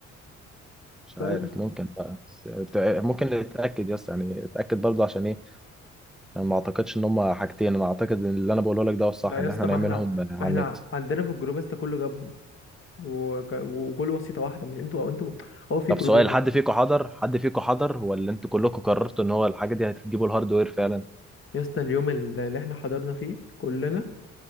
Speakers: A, in the centre; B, on the left (about 45°).
A: مش عارف
B: فاهم
A: ممكن بقى بس تع- ممكن نتاكد يس يعني اتاكد برضه عشان ايه انا ما اعتقدش ان هم حاجتين انا اعتقد ان اللي انا بقوله لك ده هو الصح
B: لا
A: ان
B: يا اسطى
A: احنا نعملهم
B: ما احنا
A: على
B: ما احنا
A: النت
B: عندنا في الجروب يا اسطى كله جابهم وك... وكل وسيطه واحده مش انتوا او انتوا هو في
A: طب
B: جروبين
A: سؤال حد فيكم حضر حد فيكم حضر ولا انتوا كلكم قررتوا ان هو الحاجه دي هتجيبوا الهاردوير فعلا
B: يا اسطى اليوم اللي احنا حضرنا فيه كلنا